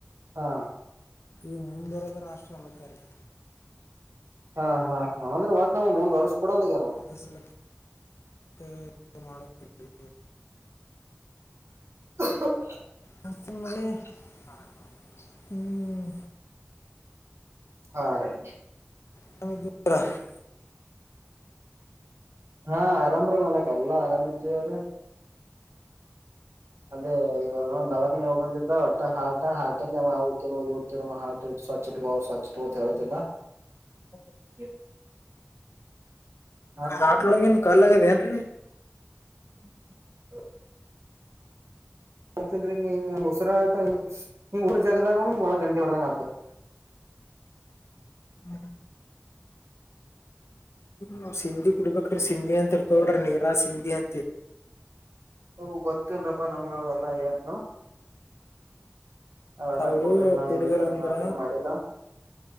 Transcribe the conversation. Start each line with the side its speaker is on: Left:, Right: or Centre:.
Right: ಹಾ
Left: ಈಗ ಮುಂದುವರೆದ ರಾಷ್ಟ್ರ ಅಲ್ಲತ್ತಲ್ಲಿ ರಿ
Right: ಹಾ ಹಾ ಹಾ ಅಂದ್ರೆ ಒಟ್ ನಮ್ಗಮುಂದ್ ಒರಸ್ ಕೊಡಲ್ಲಗ್ಯಾರ್ ಅವ್ರ
Left: ಒಂದಸಲಕ್ಕ್ <unintelligible>
Right: ಕ್ಕುಹೂ <unintelligible>
Left: ಮತ್ತೆನ್ ಮಳಿ <unintelligible> ಹಾ ಹ್ಮ್.
Right: ಹಾ ರೀ.
Left: <unintelligible>
Right: ಹಾ ಆರಾಮ ರೀ ಮಾಲಕ್ ಎಲ್ಲಾ ಆರಾಮ ಇದ್ದೀವ್ರೀ. ಅದ ಈಗ ಅವ್ನೌನ ದವಾಕನೀಗ್ ಹೋಗ್ ಬಂದಿದ್ದ ಒಟ್ಟೆ ಹಾಕ <unintelligible> ಸ್ವಚ್ ಇಟ್ಗೊ ಅವು ಸ್ವಚ್ ಇಟ್ಗೊ ಹೇಳಾತಿದ್ದಾ
Left: ಹ್ಮ <inaudible>
Right: <inaudible>
Left: ಹ ಆಟೊಳಗೇನ್ ಕಲ್ ಆಗದ ಏನ್ರರಿ.
Right: <inaudible> ಆತ್ತನ್ <unintelligible> ಉಸರಾಟ ಹಂಗ ಊರ ಜದಾಗ ಒಳಗ ಗಂಟಿ ಹೊಡ್ದಂಗ ಆತದ.
Left: ಹ್ಮ. ಹ ಸಿಂಧಿ ಕುಡ್ಬೇಕ್ರ ಸಿಂಧಿ ಅಂತ ಇರ್ತಗಡ್ರಿ ನಿರಾ ಸಿಂಧಿ ಅಂತೆ.
Right: ಹ ಗೊತ್ತಿಲ್ರಪ್ಪಾ ನಮ್ಗ ಅವ ಎಲ್ಲ ಏನು. ಅವೆಲ್ಲ
Left: ಅವರು
Right: ಕುಡುದಿಲ್ಲ ನಾವ್
Left: ಕುಡುಗರಂದ್ರ
Right: ಇಲ್ಲಿ ತರ ನಾವ್ ಏನ್ ಮಾಡಿಲ್ಲ.